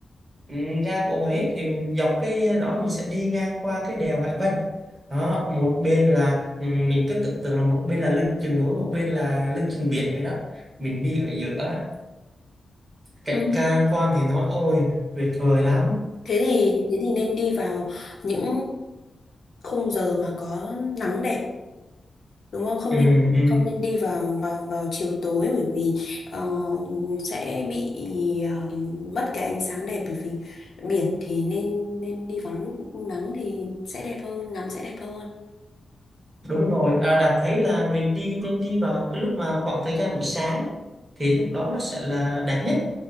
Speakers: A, on the right (about 30°); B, on the left (about 55°).
A: ừ, ga của Huế thì mình dọc cái đó mình sẽ đi ngang qua cái đèo Hải Vân. Đó, một bên là ừ, mình cứ tưởng tượng là một bên là lưng chừng núi, một bên là lưng chừng biển vậy đó. Mình đi ở giữa cảnh
B: Ừ.
A: quan quan thì nói ôi tuyệt vời lắm.
B: Thế thì thế thì nên đi vào những khung giờ mà có nắng đẹp đúng không không
A: Ừ,
B: nên
A: ừ.
B: không nên đi vào vào vào chiều tối bởi vì ờ, sẽ bị ờ, mất cái ánh sáng đẹp bởi vì biển thì nên nên đi vào lúc nắng thì sẽ đẹp hơn ngắm sẽ đẹp hơn
A: Đúng rồi, à, Đạt thấy là mình đi nên đi vào cái lúc mà khoảng thời gian buổi sáng thì lúc đó nó sẽ là đẹp nhất.